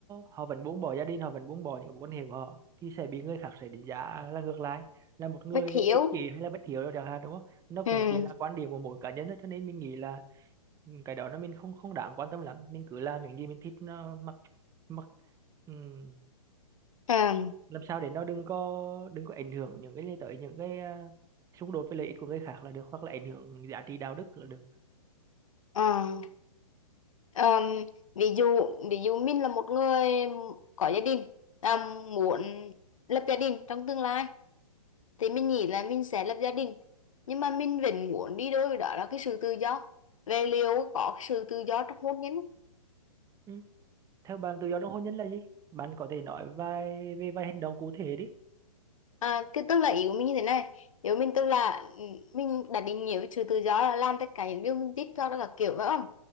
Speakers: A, on the right; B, on the left.
A: họ vẫn buông bỏ gia đình họ vẫn buông bỏ những mối quan hệ của họ thì sẽ bị người khác sẽ đánh giá là ngược lại là một người
B: bất hiểu
A: ích kỷ hay là bất hiếu chẳng hạn đúng không nó cũng
B: ừ
A: chỉ là quan điểm của mỗi cá nhân thôi cho nên mình nghĩ là ừ, cái đó nó mình không không đáng quan tâm lắm mình cứ làm những gì mình thích nó mặc mặc ừm,
B: ừ
A: làm sao để nó đừng có đừng có ảnh hưởng những cái tới những cái à, xung đột với lợi ích của người khác là được hoặc là ảnh hưởng giá trị đạo đức là được
B: ờ. Ờm, ví dụ ví dụ mình là một người có gia đình ờm, muốn lập gia đình trong tương lai thì mình nghĩ là mình sẽ lập gia đình nhưng mà mình vẫn muốn đi đôi với đó là cái sự tự do về liệu có sự tự do trong hôn nhân
A: ừ. theo bạn tự do trong hôn nhân là gì bạn có thể nói vài về vài hành động cụ thể đi
B: À, cái tức là ý của mình như thế này nếu mình tức là ừ, mình đã định nghĩa với sự tự do là làm tất cả những điều mình thích cho đó là kiểu phải không